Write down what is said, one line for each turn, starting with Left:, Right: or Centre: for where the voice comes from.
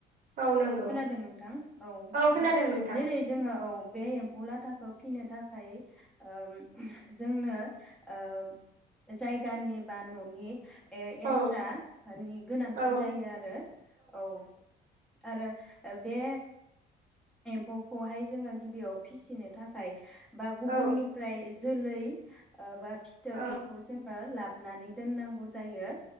Right: औ नंगौ
Centre: खोनादों नोंथां औ।
Right: खोनादों नोंथां।
Centre: जेरै जोङो औ बे एम्फौ लाथाखौ फिनो थाखाय ओम जोंनो ओ जायगानि बा न'नि ए एस्रानि
Right: औ
Centre: गोनांथि
Right: औ
Centre: जायो आरो औ आरो ओ बे एम्फौखौहाय जोङो गिबियाव फिसिनो थाखाय बा गुबुननिफ्राय
Right: औ
Centre: जोलै आ बा फिथोब
Right: औ
Centre: बेखौ जोङो लाब नानै दोननांगौ जायो